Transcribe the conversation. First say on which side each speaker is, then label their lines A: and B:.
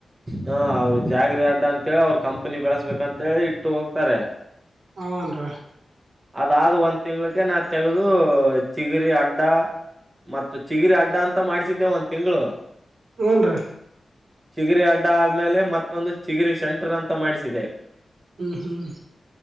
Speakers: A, on the right (about 20°); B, on the right (about 80°).
A: ಹಾಂ ಅವ್ರ್ ಜಾಗ್ರಿ ಅಡ್ಡ ಅಂತೇಳಿ ಅವ್ರ್ ಕಂಪನಿ ಬೆಳೆಸ್ಬೇಕಂತೇಳಿ ಇಟ್ಟು ಹೋಗ್ತಾರೆ.
B: ಹೂನ್ರಿ
A: ಅದಾದ ಒಂದ್ ತಿಂಗಳಿಗೆ ನಾ ತೆಗೆದು ಚಿಗರಿ ಅಡ್ಡ ಮತ್ತ ಚಿಗಿರಿ ಅಡ್ಡ ಅಂತ ಮಾಡ್ಸಿದ್ದೆ ಒಂದ್ ತಿಂಗಳು
B: ಹೂನ್ರಿ
A: ಚಿಗಿರಿ ಅಡ್ಡ ಆದ್ಮೇಲೆ ಮತ್ತೊಂದು ಚಿಗಿರಿ ಸೆಂಟರ್ ಅಂತ ಮಾಡಿಸಿದೆ.
B: ಹ್ಮ್ ಹ್ಮ್